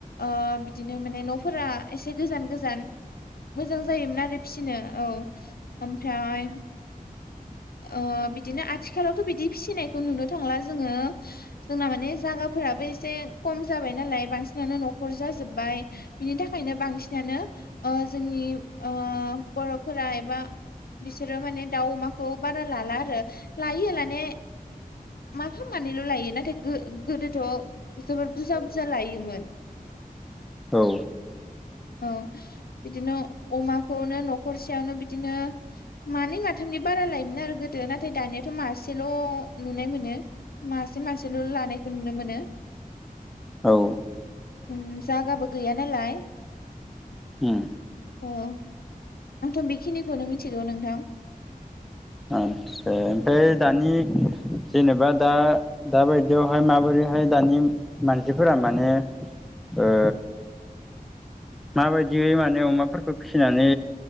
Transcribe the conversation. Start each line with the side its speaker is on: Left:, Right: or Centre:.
Left: ओ बिदिनो माने न'फोरा एसे गोजान गोजान मोजां जायोमोन आरो फिसिनो औ ओमफ्राय ओ बिदिनो आथिखालावथ' बिदि फिसिनायखौ नुनो थांला जोङो जोंना माने जागा फोराबो एसे खम जाबाय नालाय बांसिनानो न'खर जाजोब्बाय बिनि थाखायनो बांसिनानो ओ जोंनि ओ बर'फोरा एबा बिसोरो माने दाउ अमा खौ बारा लाला आरो लायो लानाया माफा मानैल' लायो नाथाय गो-गोदोथ' जबोर बुरजा बुरजा लायोमोन
Centre: औ
Left: औ बिदिनो अमाखौनो न'खरसेयावनो बिदिनो मानै माथाम नि बारा लायोमोन आरो गोदो नाथाय दानियाथ' मासेल' नुनाय मोनो मासे मासेल' लानायखौ नुनो मोनो ।
Centre: औ
Left: ओम जागाबो गैया नालाय ।
Centre: ओम
Left: औ आंथ' बेखिनिखौनो मिथिगौ नोंथां ।
Centre: आदसा ओमफ्राय दानि जेनबा दा दा बायदियावहाय माबोरैहाय दानि मानसिफोरा माने ओ माबायदियै माने अमाफोरखौ फिसिनानै